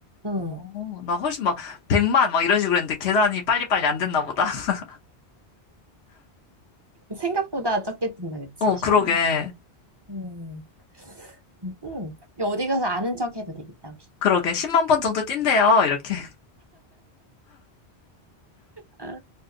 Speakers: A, on the right (about 30°); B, on the left (about 85°).
A: 음.
B: 어, 나 훨씬 막 100만 막 이런 식으로 했는데 계산이 빨리빨리 안 됐나 보다. <laughs>
A: 생각보다 적게 뛴다, 그치?
B: 어,
A: 10만
B: 그러게.
A: 음. 번. 음. 음. 이거 어디 가서 아는 척 해도 되겠다, 우리.
B: 그러게. 10만 번 정도 뛴대요. 이렇게.
A: 아,